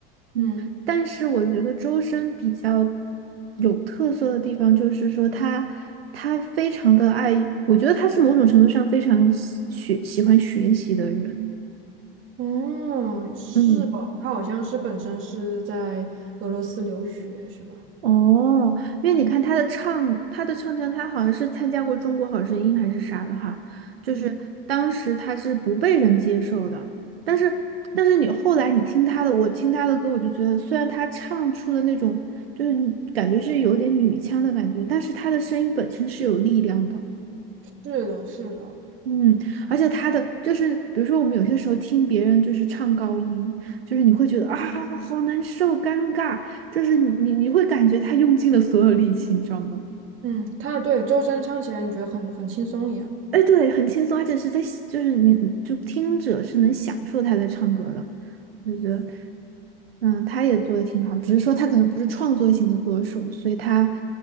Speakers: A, on the right; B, on the right.
A: 嗯，
B: 嗯。
A: 但是我觉得周深比较有特色的地方就是说他他非常的爱，我觉得他是某种程度上非常喜喜欢学习的人，
B: 嗯，是哦，
A: 嗯。
B: 他好像是本身是在俄罗斯留学，是吧？
A: 哦，因为你看他的唱，他的唱腔，他好像是参加过《中国好声音》还是啥的哈，就是当时他是不被人接受的，
B: 嗯，
A: 但是但是你后来你听他的，我听他的歌，我就觉得虽然他唱出了那种就是感觉是有点女腔的感觉，但是他的声音本身是有力量的。
B: 是的，是的，
A: 嗯，而且他的就是，比如说我们有些时候听别人就是唱高音，就是你会觉得啊，好难受，尴尬，就是你你你会感觉他用尽了所有力气，你知道吗？
B: 嗯，他对周深唱起来，你觉得很很轻松一样，
A: 哎，对，很轻松，而且是在就是你就听者是能享受他在唱歌的，就觉得嗯，他也做的挺好，只是说他可能不是创作型的歌手，所以他